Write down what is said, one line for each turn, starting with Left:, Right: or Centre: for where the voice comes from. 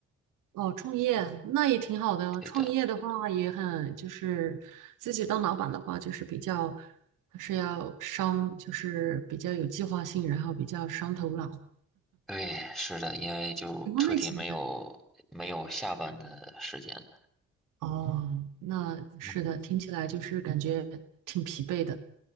Right: 哦，创业那也挺好的。
Centre: 对的，
Right: 创业的话也很，就是自己当老板的话，就是比较还是要伤，就是比较有计划性，然后比较伤头脑。
Centre: 对，是的，因为就彻底没有没有下班的时间了。
Right: 什么类型的？哦，那是的，
Centre: 嗯，
Right: 听起来就是感觉挺疲惫的。